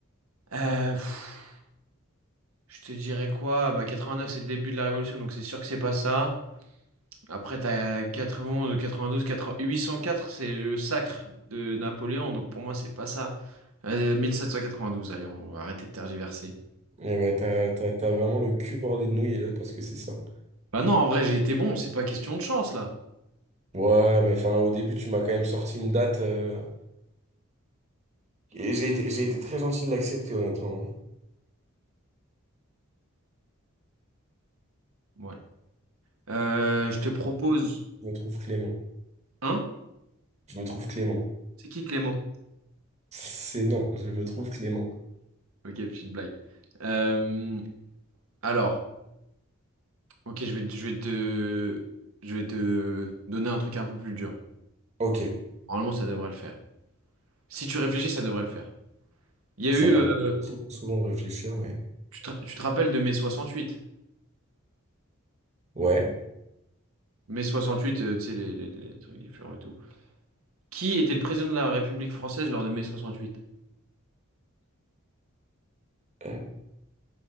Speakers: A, on the right (about 80°); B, on the right (about 30°).
A: Euh, pff, je te dirais quoi? Bah, 89, c'est le début de la Révolution, donc c'est sûr que c'est pas ça. Après, t'as 91, 92, 80 804, c'est le sacre de Napoléon, donc pour moi, c'est pas ça. Euh, 1792, allez, on va arrêter de tergiverser.
B: Eh ben, t'as, t'as- t'as vraiment le cul bordé de nouilles, l'autre parce que c'est ça.
A: Bah non, en vrai, j'ai été bon, c'est pas question de chance là.
B: Ouais, mais enfin, au début, tu m'as quand même sorti une date. euh, Et j'ai été, j'ai été très gentil de l'accepter, honnêtement.
A: Voilà. Euh, je te propose
B: Je me trouve clément.
A: un.
B: Je me trouve clément.
A: C'est qui Clément?
B: C'est non, je me trouve clément.
A: Ok, petite blague. Euh, alors, ok, je vais, je vais te, je vais te donner un truc un peu plus dur.
B: Ok,
A: Normalement, ça devrait le faire. Si tu réfléchis, ça devrait le faire. Il y a
B: ça
A: eu,
B: m'arrive
A: euh,
B: très souvent de réfléchir, mais...
A: tu te, tu te rappelles de mai soixante-huit
B: Ouais.
A: Mai 68, euh, tu sais, les, les- les trucs différents et tout. Qui était le président de la République française lors de mai soixante-huit
B: Euh,